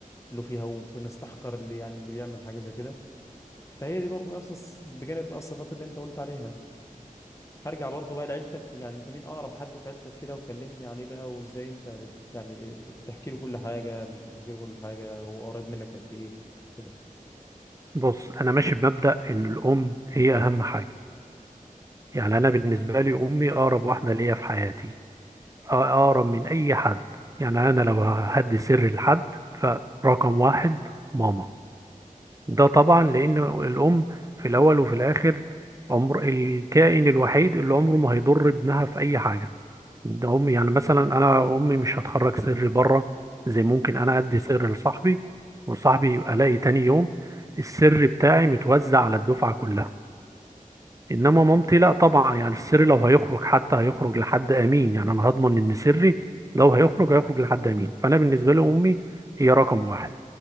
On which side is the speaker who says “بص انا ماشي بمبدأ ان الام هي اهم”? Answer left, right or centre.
Right